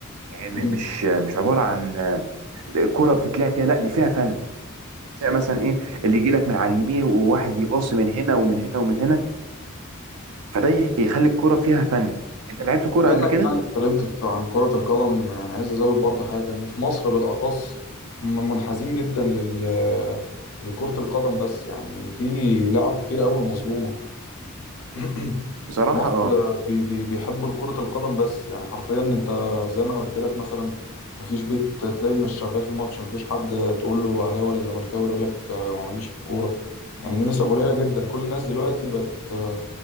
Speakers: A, on the right; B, on the left.
A: يعني م-
B: مم.
A: مش مش عبارة عن آه، كرة بتتلعب كده لا دي فيها فن تلاقي مثلا ايه اللي يجي لك من على اليمين وواحد يباصي من هنا ومن هنا ومن هنا فده يخ- يخلي الكرة فيها فن انت لعبت كرة
B: بما
A: قبل
B: إنك
A: كده
B: يعني اتكلمت في- عن كرة القدم يعني عايز أزود برضه حاجة إن في مصر بالأخص هم منحازين جدا لل لكرة القدم بس يعني في لعب كتير قوي مظلومة <clears throat>
A: بصراحة
B: في مصر
A: اه
B: آه، بي بي بيحبوا كرة القدم بس يعني حرفيا انت زي ما انا قلت لك مثلا مفيش بيت تلاقي مش شغال في ماتش مفيش حد تقول له اهلاوي ولا زملكاوي يقول لك آه، ما ماليش في الكورة يعني النسب قليلة جدا كل الناس دلوقتي بقت آه،